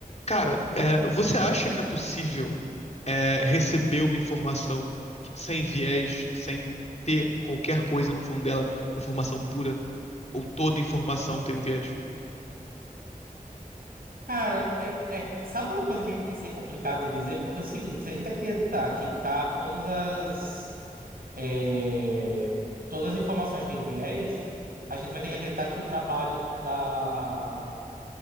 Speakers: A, on the left; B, on the right.
A: Cara, é, você acha que é possível é, receber uma informação que- sem viés, sem ter qualquer coisa no fundo dela, uma informação pura, ou toda informação tem um viés?
B: Cara, é, é- sabe uma coisa que é- isso é complicado de dizer? Porque é o seguinte, se a gente acreditar que ca- todas as é, todas as informações têm viés, a gente vai ter que acreditar que o trabalho da